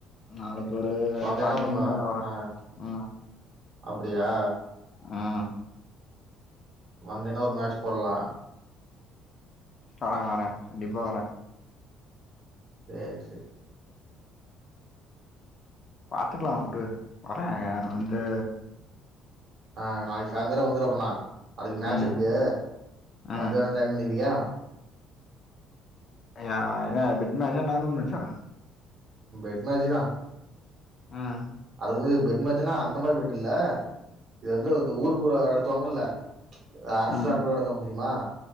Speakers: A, on the left; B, on the right.
A: நாளைக்கு ஒரு
B: வந்தேன்னா
A: ஆறு
B: ஒரு
A: மணிக்கு
B: ம-
A: மேல வர
B: ஆ
A: ம்
B: அப்டியா
A: ம்
B: வந்தீனா ஒரு மேட்ச் போட்லா
A: வர வர கண்டிப்பா வர
B: சேர் சேரி
A: பாத்துக்கலா உடு வர வந்து
B: ஆ நாளைக்கு சாய்ந்தரோ வந்துரு அப்பன்னா நாளைக்கு மேட்ச்
A: ம்
B: இருக்கு
A: ம்
B: வந்து வேணா ஜாயின் பண்ணிக்கிறியா
A: ஏ என்ன பெட் மேட்சா நார்மல் மேட்சா
B: பெட் மேச்சுதா
A: ம்
B: அது வந்து பெட் மேச்சுனா அந்த மாரி பெட் இல்ல இது வந்து ஊருக்குள்ள நடத்துவாங்கல்ல அரசு
A: ம்
B: சார்பாக நடத்துவாங்க தெரியுமா